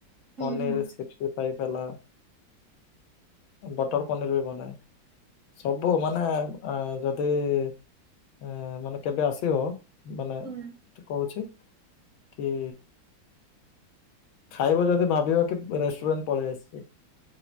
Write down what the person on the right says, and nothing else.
ହୁଁ
ହୁଁ
ହୁଁ